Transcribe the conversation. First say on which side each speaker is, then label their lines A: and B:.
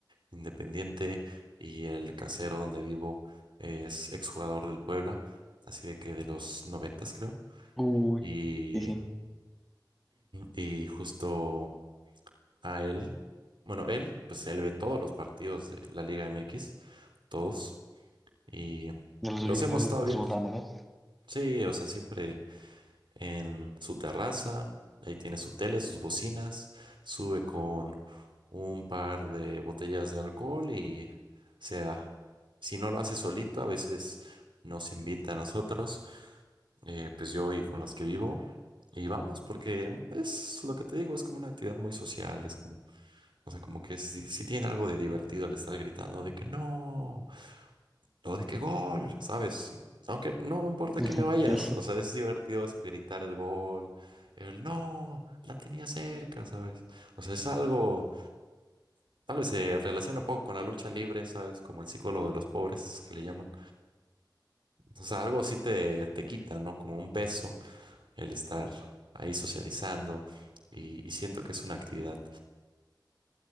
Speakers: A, on the right; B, in the centre.
A: independiente y el casero donde vivo es exjugador del Puebla, así de que de los noventas creo.
B: Uy,
A: Y,
B: sí, sí.
A: y justo a él, bueno, él, pues él ve todos los partidos de la Liga MX, todos, y
B: Ya los
A: los
B: olvidaron
A: hemos estado
B: de
A: viendo.
B: su botana, ¿no?
A: Sí, o sea, siempre en su terraza, ahí tiene su tele, sus bocinas, sube con un par de botellas de alcohol y se da. Si no lo hace solito, a veces nos invita a nosotros, eh, pues yo y con los que vivo, y vamos, porque es lo que te digo, es como una actividad muy social, es como, o sea, como que sí, sí tiene algo de divertido el estar gritando de que no. Todo de que gol, ¿sabes? Aunque no importa
B: <laughs>
A: a quién le vayas,
B: Sí.
A: o sea, es divertido es- gritar el gol, el no, la tenía cerca, ¿sabes? O sea, es algo, tal vez se relaciona un poco con la lucha libre, ¿sabes? Como el psicólogo de los pobres que le llaman. O sea, algo así te, te quita, ¿no? Como un peso el estar ahí socializando y, y siento que es una actividad